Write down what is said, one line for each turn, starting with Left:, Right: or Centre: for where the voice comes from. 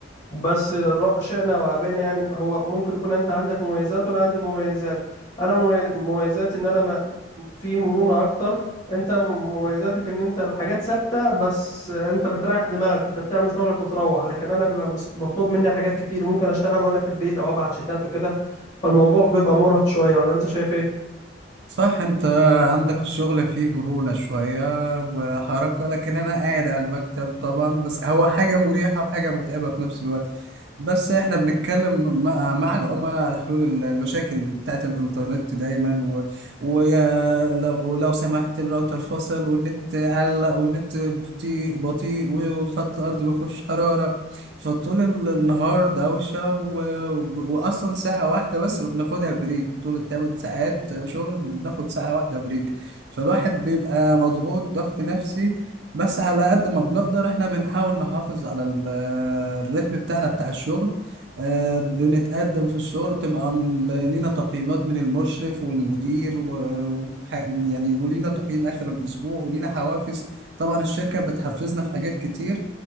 Left: بس را- شئنا وابينا يعني هو ممكن يكون انت عندك مميزات وانا عندي مميزات انا ممي- مميزاتي ان انا ما في مرونة اكتر انت م- مميزاتك ان انت الحاجات ثابتة بس انت بتريح دماغك انت بتعمل شغلك وتروح لكن انا بيبقى مس- مطلوب مني حاجات كتير ممكن اشتغل وانا في البيت او ابعت شتات وكده فالموضوع بيبقى مرهق شوية ولا انت شايف ايه
Right: صح انت عندك الشغل فيه مرونة شوية وحركة لكن انا قاعد على المكتب طبعا بس هو حاجة مريحة وحاجة متعبة في نفس الوقت بس احنا بنتكلم مع, مع العملاء على حلول ال- المشاكل بتاعت الانترنت دايما و... ويا لو... ولو سمحت الراوتر فصل والنت علق والنت بطيء بطيء والخط الارضي ما فيهوش حرارة فطول النهار دوشة و... وأصلا ساعة واحدة بس اللي بناخدها بريك طول التمن ساعات شغل بناخد ساعة واحدة بريك فالواحد بيبقى مضغوط ضغط نفسي بس على قد ما بنقدر احنا بنحاول نحافظ على ال- الريتم بتاعنا بتاع الشغل آه، بنتقدم في الشغل طبعا لينا تقييمات من المشرف والمدير ويعني ولينا تقييم آخر الأسبوع ولينا حوافز طبعا الشركة بتحفزنا في حاجات كتير